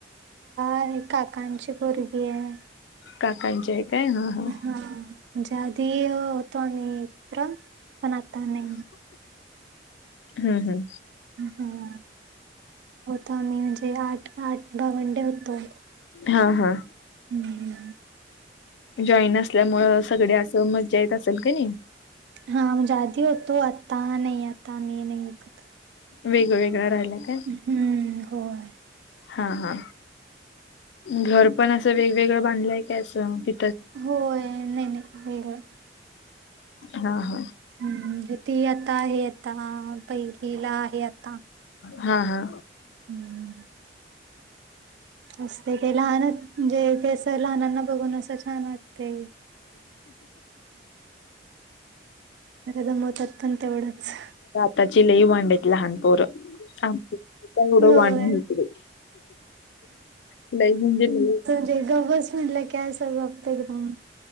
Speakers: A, on the right; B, on the left.
A: का काकांची पोरगी आहे.
B: काकांची आहे काय हा? हा.
A: अन ऎंटिलेजेबल पण आता नाही
B: हम्म हम्म.
A: हम् होता मी म्हणजे आठ आठ दहा घंटे होतो.
B: हा हा
A: हम्म
B: जॉईन असल्यामुळें सगळे असं मजा येत असेल का नाही.
A: हा आदी होतो आता नाही आता मी नाही कर.
B: वेगवेगळ्या राहिल्या काय?
A: हम्म होय
B: हा हा घर पण असं वेगवेगळं बांधलंय काय अस कि?
A: हो नाही नाही वेगळ
B: हा हा
A: म्हणजे ती आता आहे आता पहिलीला आहे आता
B: हा हा
A: हम्म असते ते लहान म्हणजे ते असं लहनांना बघून असं छान वाटते. दमवतात पण तेवढंच.
B: त्याची लई मांडाची लहानपोर आड
A: होय.
B: वणक लई म्हणजे लई
A: ते गस म्हलं कय स आपत एकदम